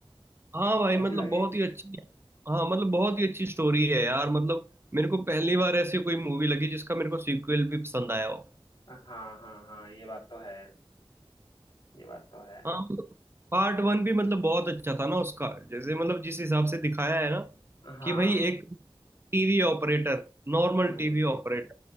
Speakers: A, on the right (about 25°); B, on the left (about 45°).
A: हाँ भाई
B: कैसी
A: मतलब
B: लगे
A: बहुत ही अच्छी हाँ मतलब बहुत ही अच्छी स्टोरी है यार मतलब मेरे को पहली बार ऐसी कोई मूवी लगी जिसका मेरे को सीक्वल भी पसंद आया हो
B: हाँ हाँ हाँ ये बात तो है ये बात तो है
A: हाँ मतलब पार्ट वन भी मतलब बहुत अच्छा था ना उसका जैसे मतलब जिस हिसाब से दिखाया है ना
B: हाँ
A: कि भाई एक TV operator normal
B: हम्म
A: TV operator